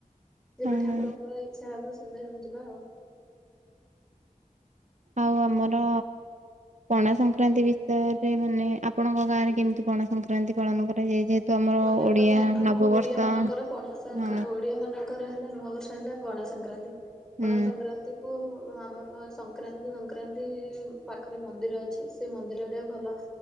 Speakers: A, in the centre; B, on the right.
A: ଯେବେ
B: ହଁ
A: ଠାକୁରଙ୍କର ଇଚ୍ଛା ହବ ସେବେ ଯିବା ଆଉ।
B: ଆଉ ଆମର ପଣା ସଂକ୍ରାନ୍ତି ବିଷୟରେ ସେମାନେ ଆପଣଙ୍କ ଗାଁ ରେ କେମିତି ପଣାସଂକ୍ରାନ୍ତି ପାଳନ କରାଯାଏ ଯେହେତୁ ଆମର
A: କହିବାକୁ
B: ଓଡିଆ
A: ଗଲେ ଆମ
B: ନବବର୍ଷ
A: ଓଡିଆ ମାନଙ୍କର ପଣା ସ
B: ହଁ
A: ଓଡିଆ ମାନଙ୍କ କରା ହେଲା ନୂଆବର୍ଷ ହେଲା ଗଣା ସଂକ୍ରାନ୍ତି
B: ହୁଁ
A: ଗଣା ସଂକ୍ରାନ୍ତିକୁ ଆମର ସଂକ୍ରାନ୍ତିକୁ ସଂକ୍ରାନ୍ତି ପାଖରେ ମନ୍ଦିର ଅଛି ସେ ମନ୍ଦିରରେ ଭଲ